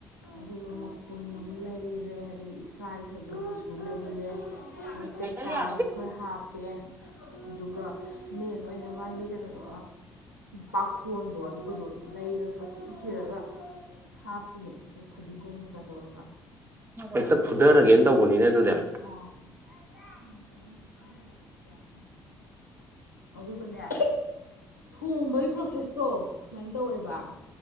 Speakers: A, on the left; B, on the right.
A: ꯑꯗꯨꯗꯣ ꯄꯨꯟ ꯑꯃ ꯂꯩꯔꯦ ꯑꯗꯒꯤ ꯏꯀꯥꯏꯊꯕꯤꯒꯤꯁꯨ ꯂꯩꯔꯦ ꯑꯗꯨꯒ
B: ꯆ
A: ꯇꯦꯛꯇꯥꯁꯨ
B: ꯌꯥ
A: ꯈꯔ ꯍꯥꯞꯄꯦ ꯑꯗꯨꯒ ꯃꯦꯟ ꯑꯣꯏꯅ ꯃꯥꯒꯤ ꯀꯩꯅꯣꯗꯣ ꯄꯥꯈꯣꯟꯗꯣ ꯑꯗꯨꯒꯗꯣ ꯂꯩꯩꯔꯒ ꯀꯣꯏ ꯆꯤꯟ ꯊꯔꯒ ꯍꯥꯞꯄꯤꯅꯦ ꯑꯗꯨꯝ ꯐꯗꯤꯒꯣꯝ ꯀꯩꯀꯥ ꯇꯧꯔꯒ
B: ꯍꯦꯛꯇ ꯐꯨꯊꯔꯒꯦꯅ ꯇꯧꯕꯅꯤꯅꯦ ꯑꯗꯨꯗꯤ
A: ꯑꯥ <inaudible> ꯑꯗꯨꯗꯨ ꯀ ꯊꯣꯡꯕꯒꯤ ꯄ꯭ꯔꯣꯁꯦꯁꯇꯣ ꯁꯨꯃꯥꯏꯅ ꯇꯧꯋꯦꯕ